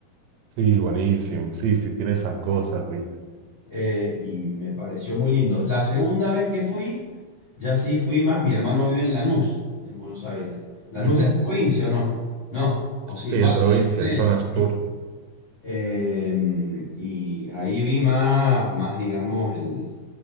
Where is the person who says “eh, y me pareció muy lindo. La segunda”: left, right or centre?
Left